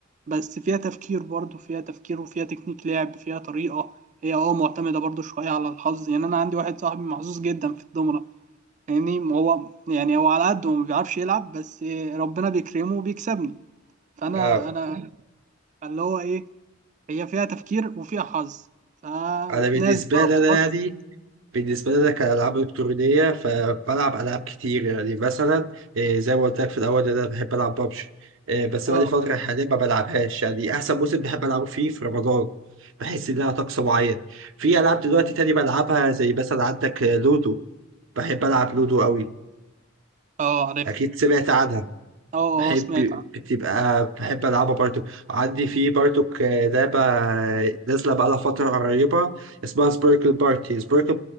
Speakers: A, on the right; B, on the right.
A: بس فيها تفكير برضه فيها تفكير وفيها تكنيك لعب فيها طريقه هي اه معتمده برضه شويه على الحظ يعني انا عندي واحد صاحبي محظوظ جدا في الدومنة يعني هو يعني هو على قده ما بيعرفش يلعب بس ربنا بيكرمه وبيكسبني فانا
B: اه
A: انا اللي هو ايه هي فيها تفكير وفيها حظ فناس
B: انا بالنسبه
A: بتعرف
B: لي
A: تفكر
B: انا يعني بالنسبة لنا كألعاب إلكترونية فبلعب ألعاب كتير يعني مثلا آه، زي ما قلت لك في الأول إن أنا بحب ألعب ببجي بس
A: اه
B: بقالي فترة حاليا ما بلعبهاش يعني أحسن موسم بحب ألعبه فيه في رمضان بحس إنها طقس معين في ألعاب دلوقتي تاني بلعبها زي مثلا عندك آه، لودو بحب ألعب لودو قوي
A: اه عارف
B: أكيد سمعت عنها
A: اه
B: بحب
A: اه سمعت عنها.
B: بتبقى بحب ألعبها برضو عندي في برضو ك- لعبة نازلة بقالها فترة قريبة اسمها سبيركل بارتي سبيركل